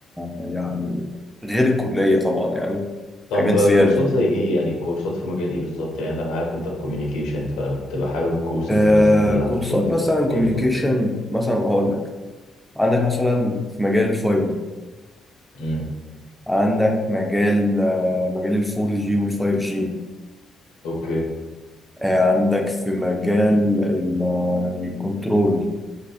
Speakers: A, in the centre; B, on the left.
A: يعني غير الكلية طبعا يعني
B: طب
A: حاجات
B: آه،
A: زيادة
B: كورسات زي ايه يعني كورسات في مجال ايه بالظبط يعني انا عارف انت في communication فبتبقى حابب كورسز
A: آه
B: مثلا اللي
A: كورسات
B: هتاخدها تبقى
A: مثلا
B: في
A: كوميونيكيشن
B: ايه بالظبط
A: مثلا هقول لك عندك مثلا في مجال الفايبر
B: امم
A: عندك مجال آه، مجال الفور جي والفايف جي
B: اوكي
A: عندك في مجال ال- آه، الكنترول